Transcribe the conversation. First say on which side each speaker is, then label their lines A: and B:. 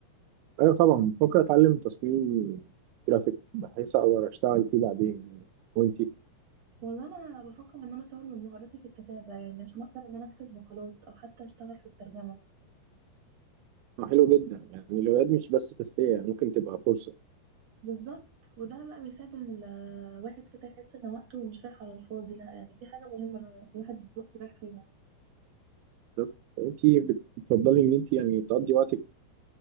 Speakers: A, on the right; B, on the right.
A: ايوه طبعا بفكر اتعلم تصميم جرافيك بحيث اقدر اشتغل فيه بعدين وانتي
B: والله انا بفكر ان انا اطور من مهاراتي في الكتابة يعني عشان اقدر ان انا اكتب مقالات او حتى اشتغل في الترجمة
A: ما حلو جدا يعني الهوايات مش بس تسليه يعني ممكن تبقى فرصه
B: بالظبط وده بقى بيساعد الواحد كده يحس ان وقته مش رايح على الفاضي لا يعني في حاجه مهمه الواحد وقته رايح فيها
A: بالظبط. وانتي بت- بتفضلي ان انتي يعني تقضي وقتك